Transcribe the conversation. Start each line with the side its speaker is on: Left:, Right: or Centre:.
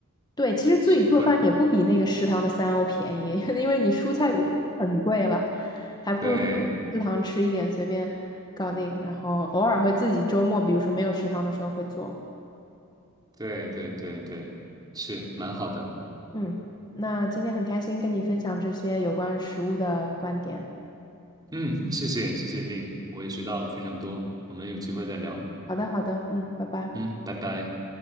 Left: 对，其实自己做饭也不比那个食堂的三欧便宜，
Right: 实惠。
Left: <laughs> 因为你蔬菜也很贵了，还不如说食堂吃一点，
Right: 对，
Left: 随便搞定。然后偶尔会自己周末，比如说没有食堂的时候会做。
Right: 对，对，对，对，是蛮好的。
Left: 嗯，那今天很开心跟你分享这些有关食物的观点。
Right: 嗯，谢谢，谢谢 Vin，我也学到了非常多。我们有机会再聊。
Left: 好的，好的，嗯，拜拜。
Right: 嗯，拜拜。